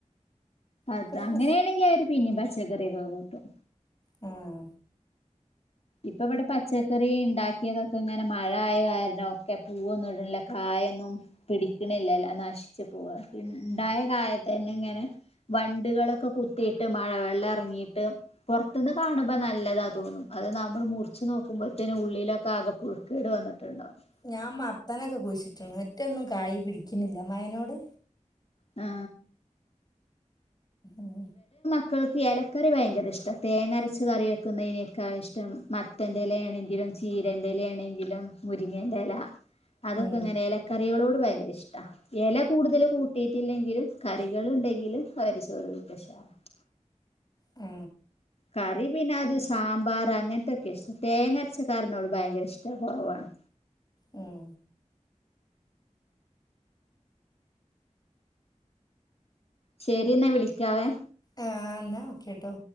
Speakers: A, on the left; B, on the left.
A: അത,
B: ഒക്കെ ഒരു
A: അങ്ങനെയാണെങ്കിൽ
B: രസം
A: അവര് പിന്നെ പച്ചക്കറിയൊക്കെ കൂട്ടും.
B: ഉം.
A: ഇപ്പ ഇവിടെ പച്ചക്കറി ഉണ്ടാക്കി പക്കിയതൊക്കെ ഇങ്ങനെ മഴയ കാരണം ഒക്കെ പൂവൊന്നും ഇടിണില്ല. കായ ഒന്നും പിടിക്കണില്ലല്ലോ നാശിച്ചു പോവ. ഇണ്ടായ കാലത്ത് തന്നെ ഇങ്ങനെ വണ്ടുകളൊക്കെ കുത്തിയിട്ട് മഴ വെള്ളം ഇറങ്ങിട്ട് പുറത്തുന്ന് കാണുമ്പോ നല്ലതാ തോന്നും. അത് നമ്മൾ മുറിച്ചു നോക്കുമ്പോഴത്തേനും ഉള്ളിലൊക്കെ ആകെ പുഴു കേട് വന്നിട്ടുണ്ടാവും.
B: ഞാൻ മത്തനൊക്കെ കുഴിച്ചിട്ട് ണ്. ഒറ്റൊന്നും കയി പിടിക്കുന്നില്ല. മഴ നോട്
A: ആ.
B: ഉം
A: മക്കൾക്ക് ഇലക്കറി ഭയങ്കര ഇഷ്ട തേങ്ങരച്ച കറി വെക്കുന്നതിനക്കാ ഇഷ്ടം മ മത്തന്റെല ആണെങ്കിലും ലും ചീരന്റെ ഇലയാണെങ്കിലും, മുരിങ്ങേന്റെ ഇല അതൊക്കെ
B: ഉം
A: ഇങ്ങനെ ഇല കറികളോട് ഭയങ്കര ഇഷ്ട. ഇല കൂടുതൽ കൂട്ടിയിട്ടില്ലെങ്കിലും കറികൾ ഉണ്ടെങ്കിലും അവര് ചോറ് വിക്കഷാണ്. <unintelligible>
B: ആ.
A: കറി പിന്നെ അത് സാമ്പാർ അങ്ങനത്തൊക്കെ ഇഷ്ടം. തേങ്ങരച്ച കറി നോട് ഭയങ്കര ഇഷ്ടം കുറവാണ്.
B: ഉം.
A: ശരി, ന്നാ വിളിക്കാവേ.
B: എന്നാ, ഓക്കെട്ടോ.